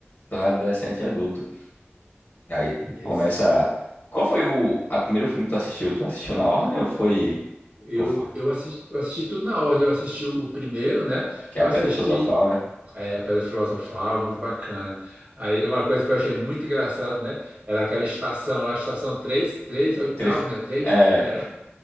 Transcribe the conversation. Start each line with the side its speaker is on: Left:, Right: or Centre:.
Left: tornar adolescente e adulto. E Aí
Right: isso.
Left: começa. Qual foi o a primeiro filme que tu assistiu? Tu assistiu na ordem ou foi.
Right: Eu,
Left: Ou foi...
Right: eu assisti, eu assisti tudo na ordem. Eu assisti o primeiro, né?
Left: Que
Right: Eu
Left: é a Pedra
Right: assisti
Left: Filosofal, né?
Right: É, Pedra Filosofal, muito bacana. Aí uma coisa que eu achei muito engraçado, né? Era aquela estação lá, estação 3 3 oitavo,
Left: Três.
Right: né? três
Left: É,
Right: né?